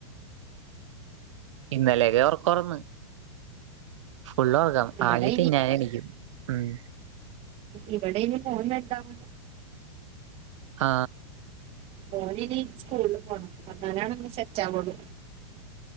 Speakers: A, on the right; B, on the right.
A: ഇന്നലെയൊക്കെ ഒറക്കോർന്ന്. ഫുളള് ഒറക്കം.
B: ഇവിടെ
A: ആകെ തിന്നാനെണിക്കും. ഉം.
B: ഇവടെ ഇനി ഫോൺ വേണ്ടാ. <inaudible>
A: ആ
B: മോന് ഇനി സ്കൂളില് പോണം. അന്നാലാണ് ഒന്ന് സെറ്റ് ആവൊള്ളു.